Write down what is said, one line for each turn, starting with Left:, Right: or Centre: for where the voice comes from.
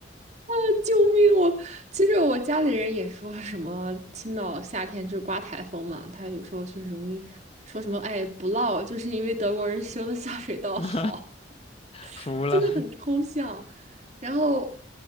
Right: <laughs> 救命！我其实我家里人也说什么青岛夏天就是刮台风嘛，他有时候就是容易说什么哎不涝，就是因为德国人修的下水道好，
Left: <laughs> 服了
Right: <laughs> 真的很抽象。然后